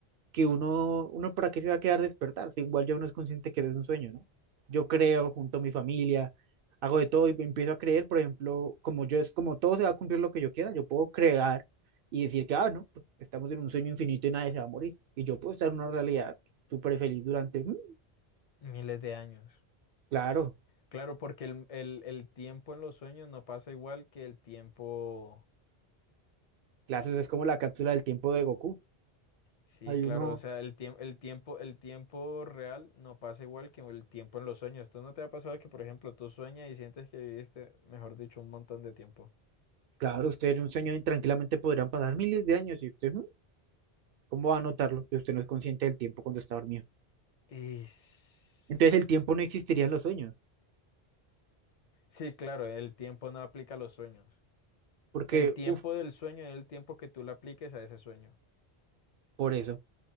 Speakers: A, on the right; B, on the left.
A: que uno, uno para qué se va a quedar despertar, si igual ya uno es consciente que es un sueño, ¿no? Yo creo junto a mi familia, hago de todo y empiezo a creer, por ejemplo, como yo es como todo se va a cumplir lo que yo quiera, yo puedo crear y decir que, ah, no, pues estamos en un sueño infinito y nadie se va a morir. Y yo puedo estar en una realidad súper feliz durante, mm,
B: miles de años.
A: claro,
B: Claro, porque el, el, el tiempo en los sueños no pasa igual que el tiempo.
A: claro, eso es como la cápsula del tiempo de Goku.
B: Sí,
A: Hay
B: claro,
A: uno,
B: o sea, el tiempo, el tiempo, el tiempo real no pasa igual que el tiempo en los sueños. ¿Tú no te ha pasado que, por ejemplo, tú sueñas y sientes que viviste, mejor dicho, un montón de tiempo?
A: claro, ustedes en un sueño tranquilamente podrán pasar miles de años y usted, mm, ¿cómo va a notarlo? Si usted no es consciente del tiempo cuando está dormido.
B: Y... s-
A: Entonces el tiempo no existiría en los sueños.
B: Sí, claro, el tiempo no aplica a los sueños.
A: porque,
B: El tiempo
A: uff,
B: del sueño es el tiempo que tú le apliques a ese sueño.
A: por eso.